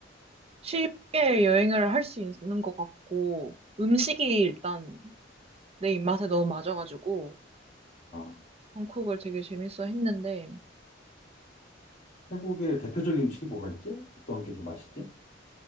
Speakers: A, on the right (about 35°); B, on the left (about 40°).
A: 쉽게 여행을 할 수 있는 것 같고, 음식이 일단 내 입맛에 너무 맞아가지고,
B: 아,
A: 방콕을 되게 재밌어 했는데,
B: 태국의 대표적인 음식이 뭐가 있지? 어떤 게 좀 맛있지?